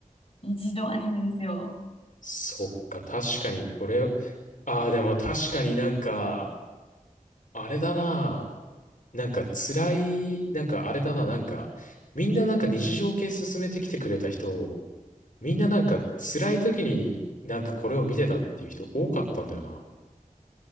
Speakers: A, on the left; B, on the left.
A: 日常アニメですよ。
B: そっか。確かにこれ。ああ、でも確かになんか、あれだな。なんか辛い、なんかあれだな。なんか、みんななんか日常系進めてきてくれた人、みんななんか辛い時になんかこれを見てたっていう人多かったんだよな。